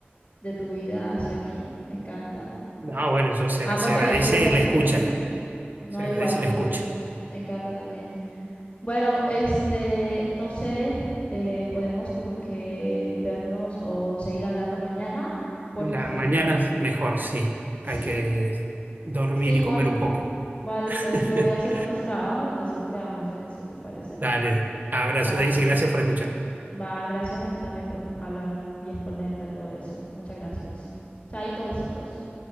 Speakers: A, on the left; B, on the right.
A: de tu vida hacia mí, me encanta.
B: no, bueno, yo se,
A: Amo
B: se
A: que
B: agradece
A: me escuchas
B: la
A: también,
B: escucha,
A: no
B: se agradece
A: igual tú,
B: la escucha.
A: me encanta también. Bueno, este, no sé, eh, podemos como que vernos o seguir hablando mañana, porque
B: La mañana es mejor, sí,
A: sí,
B: hay que dormir
A: sí,
B: y
A: porfa.
B: comer un poco.
A: vale,
B: <laughs>
A: listo, es que voy a hacer unos trabajos, entonces quedamos en eso, ¿te parece?
B: Dale, abrazo
A: Va,
B: Daisy, gracias por escuchar.
A: va, gracias a ti también por co- hablar y exponerte a todo eso. Muchas gracias. Chaito, besitos.